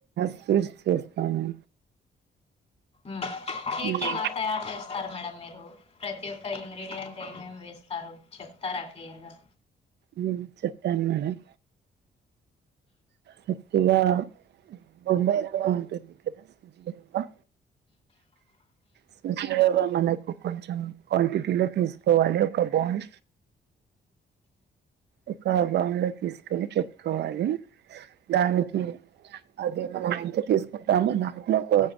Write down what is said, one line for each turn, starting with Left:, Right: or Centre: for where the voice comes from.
Right: స్వీట్స్ చేస్తాను
Left: ఆ కేక్
Right: ఉమ్,
Left: ఎలా తయారు చేస్తారు మేడం మీరు ప్రతి ఒక్క ఇంగ్రీడియంట్ ఏమేమి వేస్తారు చెప్ తార క్లియర్ గా
Right: మ్ చెప్తాను మేడం కొద్దిగా బొంబాయ్ రవ్వ ఉంటుంది కదా సుజీ రవ్వ సుజీ రవ్వ మనకు కొంచెం క్వాంటిటీలో తీసుకోవాలి ఒక బౌల్ ఒక బౌల్లో తీసుకొని పెట్టుకోవాలి దానికి అదే మనం ఎంత తీసుకుంటామో దాంట్లో ఒక